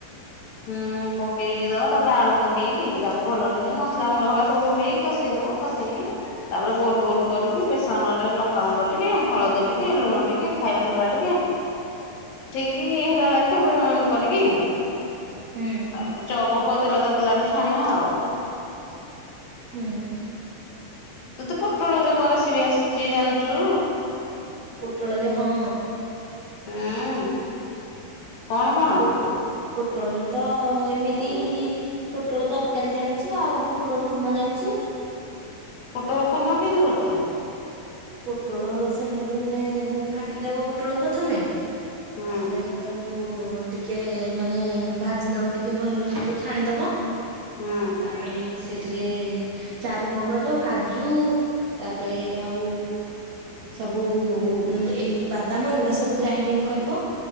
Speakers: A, on the left; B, on the right.
A: ହୁଁ ପକେଇକିଦବା। ତାପରେ ଆଳୁ ପକେଇକି ତାକୁ ଭଲ କିନି ମସଲା ଗୁଣ୍ଡହେକା ସବୁ ପକେଇକି କଷେଇ ଦବା କସେଇକି ତାପରେ ଗୋଲ ଗୋଲ କରିକି ବେସନ ରେ ଲଙ୍କାଗୁଣ୍ଡ ଟିକେ ହଳଦୀ ଟିକେ ଲୁଣ ଟିକେ ଖାଇବା ସୋଢା ଟିକେ
B: ହଁ।
A: ଠିକ ହେଲା ଲାଖେ ବ କରିକି
B: ହୁଁ।
A: ତାପରେ ଚପ କ ତେଲ ତାତିଲାଠୁ ଛାଣିବ ଆଉ।
B: ହୁଁ।
A: ତତେ ପୋଟଳରେ କଣ ରେସିବି ଆସିଛି ଜାଣିଛୁ?
B: ପୋଟଳରେ ହଁ।
A: ହୁଁ କଣ କଣ?
B: ପୋଟ ପୋଟଳରେ ତ ଏମିତି ପୋଟଳ ତରକାରୀ ଜାଣିଛି ଆଉ ପୋଟଳ କୁର୍ମା ଜାଣିଛି।
A: ପୋଟଳ କୁର୍ମା କେମିତି କରୁଚୁ?
B: ପୋଟଳ ସେମିତି ପନେ କାଟିଦେବ ପୋଟଳ ପ୍ରଥମେ।
A: ହୁଁ
B: ତାପରେ ତାକୁ ଟିକେ ମାନେ ଭାଜିଦବ ଟିକେ ଭଲରେ ଟିକେ ଛାଣିଦବ।
A: ହୁଁ
B: ତାପରେ ସେ ଏଥିରେ ଚାରୁମଗଜ କାଜୁ ତାପରେ ଆଉ ସବୁ ଏ ବାଦାମ ଏଗୁଡା ସବୁ ଗ୍ରାଇଣ୍ଡିଙ୍ଗ କରିବ।